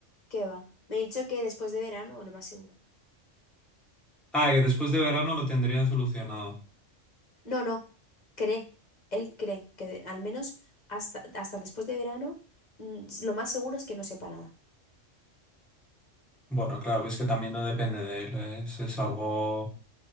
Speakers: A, on the left (about 35°); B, in the centre.
A: ¿Qué va? Me ha dicho que después de verano, lo más seguro.
B: Ah, que después de verano lo tendrían solucionado.
A: No, no, cree. Él cree que de- al menos hasta, hasta después de verano mm, lo más seguro es que no sepa nada.
B: Bueno, claro, es que también no depende de él, es, es algo.